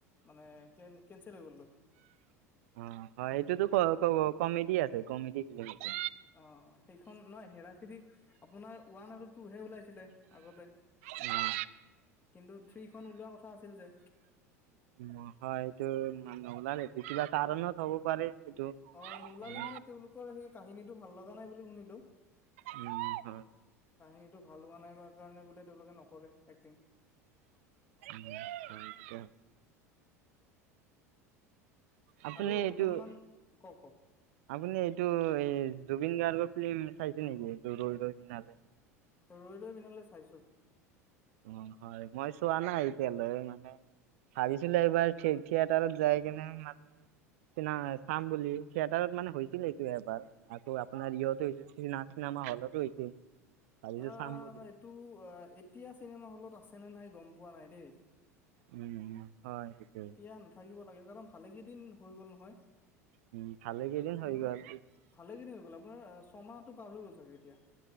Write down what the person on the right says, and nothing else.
অ, হয় এইটোতো ক - ক কমেডি আছে কমেডি ফিলিমটো
উম,
নহয় এইটো মান নহল নে ভিকিবা কাৰণত হব পাৰে। এইটো
উম
উম হয়
উম, স আপুনি
এইটো
-
আপুনি এইটো এই জুবিন গাৰ্গৰ ফ চাইছে নেকি ৰ ৰ দি নলে <unintelligible>
অ হয় মই চোৱা নাই এতিয়ালৈ মানে,, ভাবিছিলো এইবাৰ থিয়েটাৰত যাই কেনে মানে, চিনা চাম বুলি থিয়েটাৰত মানে হৈছিল এইটো এবাৰ আকৌ আপোনাৰ ইহতে না। চিনেমা হলতো হৈছিল। ভাবিছো
চাম বুলি
উম উম হয় সেইটোৱে
উম ভালে কেইদিন
হৈ গ'ল